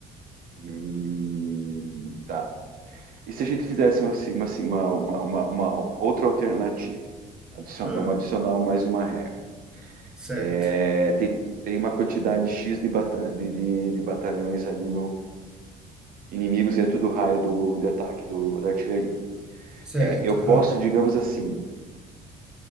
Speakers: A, on the right; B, in the centre.
A: Hum, tá. E se a gente fizesse uma, assim, uma, assim, uma, uma, uma- uma outra alternativa? Adicion-
B: Ah,
A: vamos adicionar mais uma regra.
B: certo,
A: É, tem, tem uma quantidade X de, bata- de, de- de batalhões ali inimigos dentro do raio do, de ataque do, da artilharia.
B: certo,
A: É, eu
B: aham.
A: posso, digamos assim,